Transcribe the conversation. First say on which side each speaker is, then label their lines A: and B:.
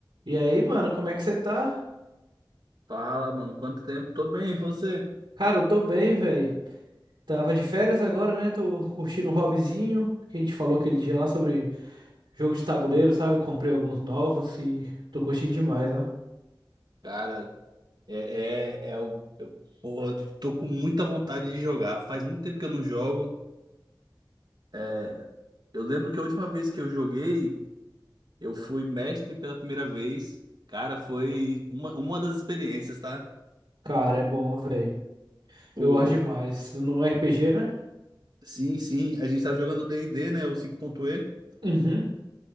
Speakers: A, on the right (about 85°); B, on the right (about 60°).
A: E aí, mano, como é que você tá?
B: Fala, mano, quanto tempo? Tô bem, e você?
A: Cara, eu tô bem, velho. Tava de férias agora, né? Tô curtindo um hobbyzinho que a gente falou aquele dia lá sobre jogo de tabuleiro, sabe? Comprei alguns novos e tô curtindo demais, ó.
B: Cara, é, é, é o. Eu, porra, tô com muita vontade de jogar. Faz muito tempo que eu não jogo. É, Eu lembro que a última vez que eu joguei, eu fui mestre pela primeira vez. Cara, foi uma, uma das experiências, tá?
A: Cara, é bom, velho.
B: O...
A: Eu gosto demais. No RPG, né?
B: Sim, sim, a gente tava jogando o D&D, né? O cinco ponto e
A: Uhum.